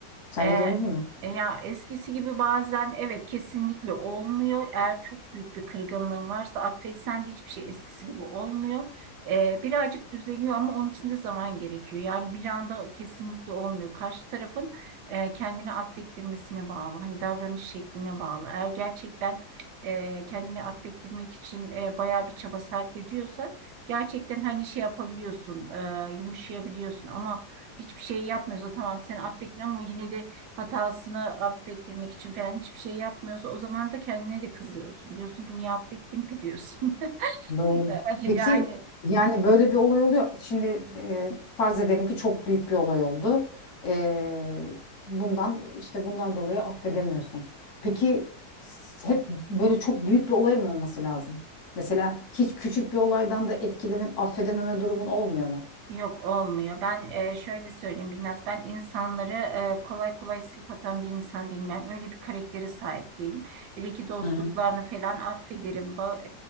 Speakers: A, on the left; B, on the right.
A: Sence
B: E,
A: de öyle değil mi?
B: e ya eskisi gibi bazen evet kesinlikle olmuyor. Eğer çok büyük bir kırgınlığın varsa affetsen de hiçbir şey eskisi gibi olmuyor. E, birazcık düzeliyor ama onun için de zaman gerekiyor. Yani bir anda kesinlikle olmuyor. Karşı tarafın e, kendini affettirmesine bağlı. Hani davranış şekline bağlı. Eğer gerçekten e, kendini affettirmek için e, bayağı bir çaba sarf ediyorsa gerçekten hani şey yapabiliyorsun, e, yumuşayabiliyorsun ama hiçbir şey yapmıyorsa tamam seni affettin ama yine de hatasını affettirmek için falan hiçbir şey yapmıyorsa o zaman da kendine de kızıyorsun. Diyorsun ki niye affettim ki diyorsun. <laughs>
A: Doğru.
B: Yani
A: Peki yani böyle bir olay oluyor. Şimdi e, farz edelim ki çok büyük bir olay oldu. E, bundan işte bundan dolayı affedemiyorsun. Peki s- hep böyle çok büyük bir olay mı olması lazım? Mesela hiç küçük bir olaydan da etkilenip affedememe durumun olmuyor mu?
B: Yok olmuyor. Ben e, şöyle söyleyeyim biraz ben insanları e, kolay kolay silip atan bir insan değilim. Ben öyle bir karaktere sahip değilim. Hele ki dostluklarını
A: Hı hı.
B: falan affederim, ba-